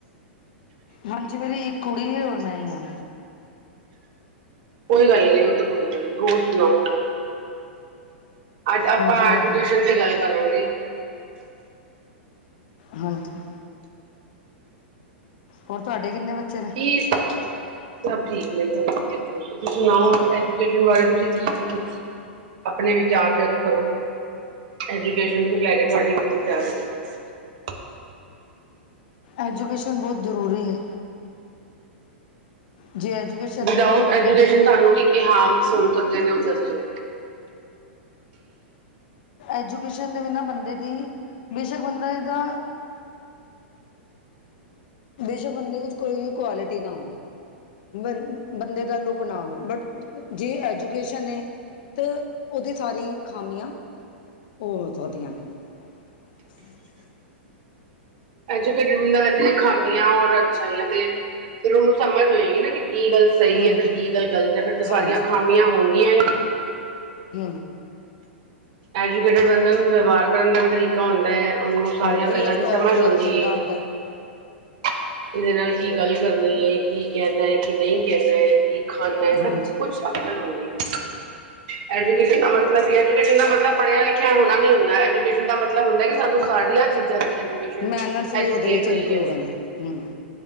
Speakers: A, on the left (about 50°); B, on the right (about 50°).
A: ਹਾਂਜੀ ਮੇਰੀ ਇੱਕ ਕੁੜੀ ਹੈ ਹੋਰ ਮੈਂ ਹੀ ਆ।
B: ਕੋਈ ਗੱਲ ਨਹੀ ਉਹ ਤੇ ਕੋਈ ਗੱਲ ਨੀ ਹੋਰ ਸੁਣਾਓ। ਅੱਜ ਆਪਾਂ
A: ਹਾਂਜੀ
B: ਐਜੂਕੇਸ਼ਨ
A: ਵਧੀਆ
B: ਤੇ ਗੱਲ ਕਰਾਂਗੇ।
A: ਹਾਂਜੀ। ਹੋਰ ਤੁਹਾਡੇ ਕਿੰਨੇ ਬੱਚੇ। ਨੇ
B: ਕੀ ਸਭ ਠੀਕ। ਤੁਸੀਂ ਸੁਣਾਓ ਐਜੂਕੇਸ਼ਨ ਬਾਰੇ ਤੁਸੀਂ ਕੀ ਕੀ ਪੁਛ ਆਪਣੇ ਵਿਚਾਰ ਵਿਅਕਤ ਕਰੋ। ਐਜੂਕੇਸ਼ਨ ਤੋਂ ਲੈ ਕੇ ਤੁਹਾਡੇ ਕੀ ਵਿਚਾਰ ਹੈਗੇ ਨੇ।
A: ਐਜੂਕੇਸ਼ਨ ਬਹੁਤ ਜ਼ਰੂਰੀ ਹੈ। ਜੇ ਐਜੂਕੇਸ਼ਨ
B: ਵੀਦਾਉਟ
A: ਨਹੀਂ ਹੈ ਤਾਂ ਬੰਦੇ
B: ਐਜੂਕੇਸ਼ਨ
A: ਦੀ
B: ਤੁਹਾਨੂੰ ਕੀ ਕੀ ਹਾਰਮਸ ਹੋ ਸਕਦੇ ਨੇ ਉਹ ਦੱਸੋ।
A: ਐਜੂਕੇਸ਼ਨ ਦੇ ਬਿਨਾਂ ਬੰਦੇ ਦੀ ਬੇਸ਼ੱਕ ਬੰਦਾ ਇਹਦਾ ਬੇਸ਼ੱਕ ਬੰਦੇ ਵਿੱਚ ਕੋਈ ਵੀ ਕੁਆਲਿਟੀ ਨਾ ਹੋਵੇ। ਬ ਬੰਦੇ ਦਾ ਲੁਕ ਨਾ ਹੋਵੇ ਬਟ ਜੇ ਐਜੂਕੇਸ਼ਨ ਏ। ਅਤੇ ਉਹਦੀ ਸਾਰੀ ਖਾਮੀਆਂ ਓ ਹੋ ਸਕਦੀਆਂ ਨੇ। ਹਮ ਹਮ।
B: ਐਜੂਕੇਟਿਡ ਬੰਦਾ ਵੈਸੇ ਖਾਮਿਆ ਔਰ ਅੱਛਾਈਆ ਤੇ ਫਿਰ ਉਹਨੂੰ ਸਮਝ ਹੋਏਗੀ ਨਾ ਕਿ। ਕੀ ਗੱਲ ਸਹੀ
A: ਹਮ
B: ਹੈ ਤੇ ਕੀ ਗੱਲ ਗਲਤ ਹੈ ਫਿਰ ਤਾਂ ਸਾਰੀਆਂ
A: ਹਾਂਜੀ
B: ਖਾਮੀਆਂ ਹੋਣਗੀਆਂ ਹੀ ਨੀ ਉਹਦੇ ਵਿੱਚ।
A: ਹ
B: ਐਜੂਕੇਟਡ ਬੰਦੇ ਨੂੰ ਵਯਵਹਾਰ ਕਰਨ ਦਾ ਵੀ ਤਰੀਕਾ ਹੁੰਦਾ ਹੈ। ਉਹਨੂੰ ਸਾਰੀਆਂ
A: ਵੇ
B: ਗੱਲਾਂ
A: ਆਫ
B: ਦੀ
A: ਟੋਕ
B: ਸਮਝ
A: ਉਹਦਾ
B: ਹੁੰਦੀ
A: ਚੰਗਾ
B: ਏ।
A: ਹੁੰਦਾ ਹੈ।
B: ਕਿਹਦੇ ਨਾਲ ਕੀ ਗੱਲ। ਕਰਨੀ ਹੈ ਕਿ ਕਹਿਣਾ ਹੈ ਕਿ ਨਹੀਂ ਕਹਿਣਾ ਹੈ ਕਿ ਖਾਣਾ ਹੈ ਸਭ
A: ਹਾਂਜੀ
B: ਕੁਛ ਅਕਲ ਹੁੰਦੀ ਏ ਫਿਰ। ਐਜੂਕੇਸ਼ਨ ਦਾ ਮਤਲਬ ਇਹ ਹੈ ਕਿ ਐਜੂਕੇਸ਼ਨ ਦਾ ਮਤਲਬ ਪੜਿਆ ਲਿਖਿਆ ਹੋਣਾ ਨੀ ਹੁੰਦਾ ਐਜੂ। ਐਜੂਕੇਸ਼ਨ ਦਾ ਮਤਲਬ ਹੁੰਦਾ ਸਾਨੂੰ ਸਾਰੀਆਂ ਚੀਜ਼ਾਂ ਦੀ ਐਜ਼ੂਕੇਸ਼ਨ
A: ਮੈਨਰਸ ਵੀ
B: ਐਜੁਕੇਟ
A: ਉਹਦੇ ਵਿੱਚ
B: ਹੋਈਏ
A: ਇਨਕਲੂਡ
B: ਅਸੀ।
A: ਹੁੰਦੇ ਹੂੰ